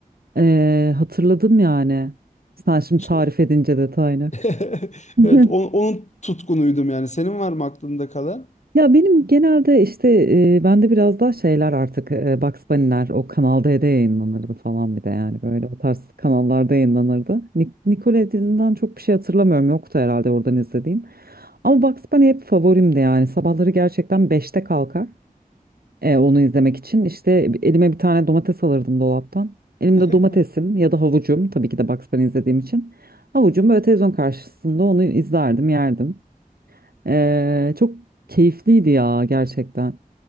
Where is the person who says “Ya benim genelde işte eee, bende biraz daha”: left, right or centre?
Right